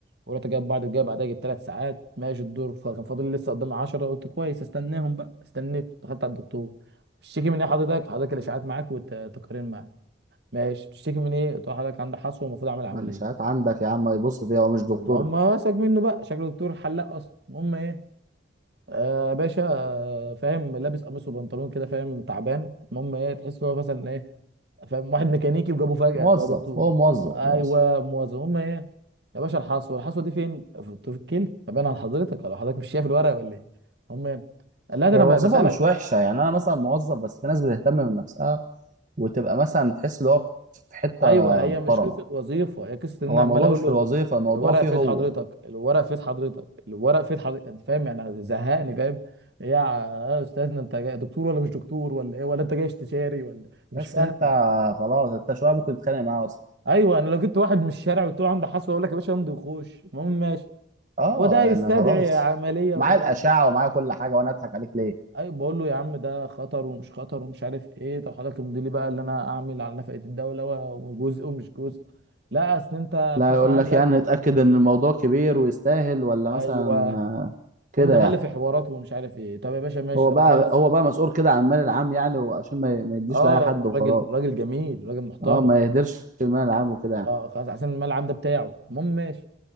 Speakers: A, on the right; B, on the right.
A: ورحت جايب بعد جايب بعدها جبت ثلاث ساعات ماشي الدور فكان فاضل لي لسه قدامي 10 قلت كويس استناهم بقى استنيت دخلت على الدكتور بتشتكي من ايه حضرتك حضرتك الاشاعات معاك والتقارير معاك ماشي بتشتكي من ايه قلت له حضرتك عندك حصوه ومفروض اعمل عمليه
B: معلشات عندك يا عم ما يبص فيها هو مش دكتور
A: طب ما هم مسك منه بقى شكله دكتور حلاق اصلا المهم ايه آه باشا آه، فاهم لابس قميص وبنطلون كده فاهم تعبان المهم ايه تحس ان هو مثلا ايه فاهم واحد ميكانيكي وجابوه فجأة
B: موظف
A: بقى دكتور
B: هو موظف
A: آه
B: موظف
A: ايوه موظف المهم ايه يا باشا الحصوة الحصوة دي فين في في الكيل فبان على حضرتك ولا حضرتك مش شايف الورق ولا ايه المهم إيه، قال لا ده
B: هي
A: انا
B: الوظيفه
A: بقى بسألك
B: مش وحشه يعني انا مثلا موظف بس في ناس بتهتم من نفسها وتبقى مثلا تحس ان هو في حته
A: ايوه هي
B: محترمه
A: مش قصه وظيفه هي قصه ان
B: هو
A: انا عمال
B: الموضوع
A: اقول
B: مش في
A: له
B: الوظيفه الموضوع
A: الورق
B: فيه
A: في ايد
B: هو
A: حضرتك الورق في ايد حضرتك الورق في ايد حضرتك انت فاهم يعني أنا زهقني فاهم إيه يا استاذنا انت جاي دكتور ولا مش دكتور ولا ايه ولا انت جاي استشاري ولا مش
B: تحس
A: فاهم
B: انت خلاص انت شويه ممكن تتخانق معاه
A: ايوه انا لو جبت واحد من الشارع وقلت له عنده حصوه اقول لك يا باشا امضي وخش المهم ماشي
B: اه
A: هو ده يستدعي
B: يعني خلاص
A: عمليه
B: معايا
A: ومش
B: الاشعه
A: عارف ايه
B: ومعايا كل حاجه وانا اضحك عليك ليه
A: ايوه بقول له يا عم ده خطر ومش خطر ومش عارف ايه طب حضرتك امضي لي بقى اللي انا اعمل على نفقه الدوله و- وجزء ومش جزء لا اصل انت الحصوه
B: لا يقول
A: عندك
B: لك يعني اتأكد ان الموضوع كبير ويستاهل ولا
A: ايوه
B: مثلا آه، كده
A: هم دخل
B: يعني
A: لي في حوارات ومش عارف ايه طب يا باشا ماشي
B: هو
A: طب
B: بقى
A: اخلص
B: هو بقى مسؤول كده عن المال العام يعني وعشان ما ما يديش
A: اه
B: لأي حد وخلاص
A: راجل راجل جميل راجل محترم
B: اه ما يهدرش المال العام وكده يعني
A: اه خلاص عشان الملعب ده بتاعه المهم ماشي